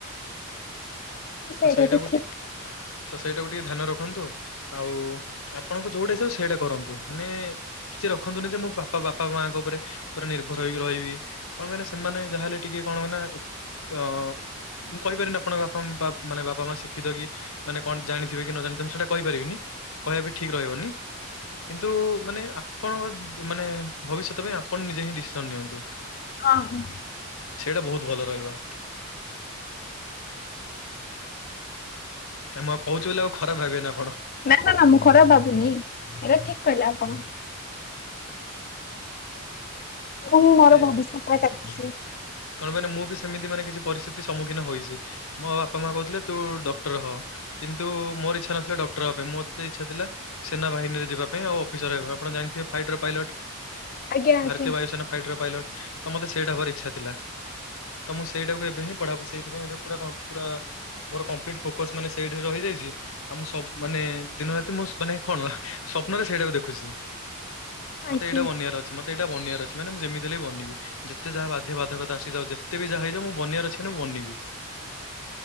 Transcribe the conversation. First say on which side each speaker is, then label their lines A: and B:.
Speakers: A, on the left (about 40°); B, on the left (about 70°).
A: ସେଇଟା
B: ତ ସେଇଟାକୁ
A: ବି ଠିକ୍।
B: ଟି ତ ସେଇଟାକୁ ଟିକେ ଧ୍ୟାନ ରଖନ୍ତୁ। ଆଉ ଆପଣଙ୍କ ଯୋଉଟା ଇଛା ସେଇଟା କରନ୍ତୁ। ମାନେ ରଖନ୍ତୁନି ଯେ ମୋ ବାପା ବାପା ମାଙ୍କ ଉପରେ ପୁରା ନିର୍ଭରହେଇକି ରହିବି। କଣ ପାଇଁ ନା ସେମାନେ ଯାହା ହେଲେ ଟିକେ କଣ ନା ଅ ମୁଁ କହିପାରିନି ଆପଣଙ୍କ ବାପା ମାନେ ବାପା ମା ଶିଖିତ କି ମାନେ କଣ ଜାଣିଥିବେ କି ନ ଜାଣିଥିବେ ସେଟା କହିପାରିବିନି। କହିବା ବି ଠିକ୍ ରହିବନି। କିନ୍ତୁ ମାନେ ଆପଣ ମାନେ ଭବିଷ୍ୟତ ପାଇଁ ଆପଣ ନିଜେ ହିଁ ଡିସିସନ ନିଅନ୍ତୁ।
A: ହଁ ହଁ।
B: ସେଇଟା ବହୁତ ଭଲ ରହିବ। ନା ମୁଁ କହୁଛି ବୋଲି ଆଉ ଖରାପ ଭାବିବେନି ଆ
A: ନା ନା ନା ମୁଁ ଖରାପ ଭାବୁନି। ଏଇଟା ଠିକ କହିଲେ ଆପଣ। ମୁଁ ହିଁ ମୋର
B: ଏ
A: ଭବିଷ୍ୟତ। <unintelligible>
B: କଣ ପାଇଁ ନା ମୁଁ ବି ସେମିତି ମାନେ କିଛି ପରିସ୍ଥିତି ସମ୍ମୁଖୀନ ହୋଇଛି। ମୋ ବାପା ମା କହୁଥିଲେ ତୁ ଡକ୍ଟର ହୋ। କିନ୍ତୁ ମୋର ଇଚ୍ଛା ନଥିଲା ଡକ୍ଟର ହେବା ପାଇଁ। ମୋତେ ଇଚ୍ଛା ଥିଲା ସେନା ବାହିନୀରେ ଯିବା ପାଇଁ ଆଉ ଅଫିସର ହେବା ଆପଣ ଜାଣିଥିବେ ଫାଇଟର ପାଇଲଟ।
A: ଆଜ୍ଞା ଆଜ୍ଞା
B: ଭାରତୀୟ ବାୟୁସେନା ଫାଇଟର ପାଇଲଟ ତ ମତେ ସେଇଟା ହେବାର ଇଚ୍ଛା ଥିଲା। <inaudible> ତ ମୁଁ ସେଇଟାକୁ ଏବେ ହିଁ ପଢ଼ା ସେଇଥିପାଇଁ ଏବେ ପୁରା ପୁରା ମୋର କମ୍ପ୍ଲିଟ ଫୋକସ ମାନେ ସେଇଠାରେ ରହିଯାଇଛି। ଆ ମୁଁ ସବୁ ମାନେ ଦିନ ରାତି ମୁଁ ମାନେ କଣ ସ୍ଵପ୍ନରେ ସେଇଟାକୁ ଦେଖୁଛି।
A: ଆଜ୍ଞା।
B: ମତେ ଏଇଟା ବନିବାର ଅଛି ମତେ ଏଇଟା ବନିବାରେ ଅଛି ମାନେ ମୁଁ ଯେମିତି ହେଲେ ବନିବି ଯେତେ ଯାହା ବାଧ୍ୟ ବାଧକ ଆସିଯାଉ ଯେତେବି ଯାହା ହେଇଯାଉ ମୁଁ ବନିବାର ଅଛି ମାନେ ମୁଁ ବନିବି।